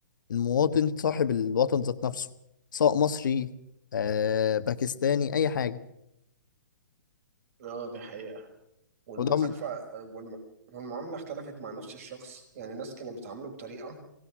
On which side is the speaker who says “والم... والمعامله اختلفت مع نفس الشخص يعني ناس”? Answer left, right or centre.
Right